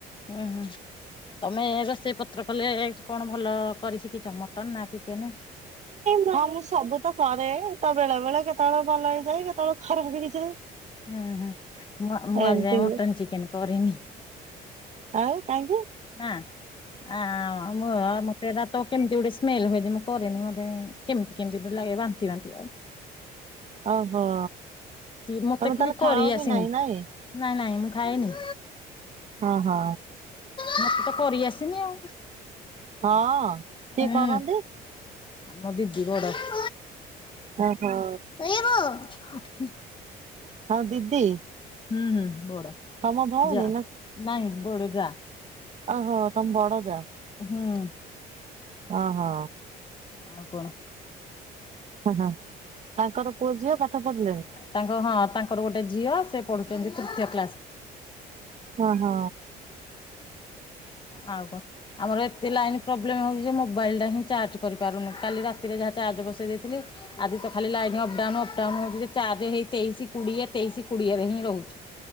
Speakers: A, on the left; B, on the right.
A: ଉଁ ହୁଁ। ତମେ ରୋଷେଇ ପତ୍ର କଲେ କଣ ଭଲ କରି ଶିଖିଛ ମଟନ୍ ନା ଚିକେନ?
B: ହଁ ମୁଁ ସବୁ ତ କରେ ତ ବେଳେ ବେଳେ କେତେବେଳେ ଭଲ ହେଇଯାଏ କେତେବେଳେ ଖରାପ ହେଇଯାଏ।
A: ହୁଁ ହୁଁ ଉଁ। ମୁଁ ଆ ମୁଁ
B: ଏମିତି
A: ଆଜିଯାଏଁ ମଟନ ଚିକେନ କରିନି।
B: ଆଉ କାହିଁକି?
A: ନାଁ ଆଁ ମୁଁ ମତେ ହେଟା ତ କେମତି ଗୋଟେ ସ୍ମେଲ ହୁଏ ଯେ ମୁଁ କରେନି ମୋତେ କେମତି କେମତି ଗୋଟେ ଲାଗେ ବାନ୍ତି ବାନ୍ତି ଆଉ।
B: ଓହୋ।
A: ସିଏ ମତେ
B: ତମେ ତାହେଲେ
A: କେ ବି
B: ଖାଅ
A: କରି ଆସିନି
B: ନାହିଁ ନାଇଁ?
A: ନାଇଁ ନାଇଁ ମୁଁ ଖାଏନି।
B: ଅହ।
A: ମତେ ତ କରି ଆସିନି ଆଉ
B: ହଁ କିଏ
A: ହୁଁ
B: କରନ୍ତି?
A: ଆମ ଦିଦି ବଡ଼ ଦି
B: ଏ ହଉ।
A: <inaudible>
B: ହଁ ଦିଦି।
A: ହୁଁ ହୁଁ ବଡ
B: ତମ ଭଉଣୀ
A: ଯା ନାଇଁ ବଡ ଯା।
B: ଅହ ତମ ବଡ ଯା।
A: ହୁଁ।
B: ଅ ହ।
A: ଆଉ କଣ?
B: ଅହ ହ ତାଙ୍କର ପୁଅ ଝିଅ ପାଠ ପଢ଼ିଲେଣି?
A: ତାଙ୍କ ହଁ ତାଙ୍କର ଗୋଟେ ଝିଅ ସେ ପଢୁଛନ୍ତି ତୃତୀୟ କ୍ଲାସ।
B: ଅହ।
A: ଆଉ କଣ ଆମର ଏତେ ଲାଇନ୍ ପ୍ରୋବ୍ଲେମ ହଉଛି ମୋବାଇଲଟା ହିଁ ଚାର୍ଜ କରିପାରୁନୁ କାଲି ରା ରାତିରେ ଯାହା ଚାର୍ଜ ବସେଇ ଦେଇଥିଲି। ଆଜି ତ ଖାଲି ଲାଇନ ଅପଡାଉନ ଅପଡାଉନ ହଉ ଚାର୍ଜ ହେଇ ତେଇଶି କୋଡିଏ ତେଇଶି କୋଡିଏରେ ହିଁ ରହୁଛି।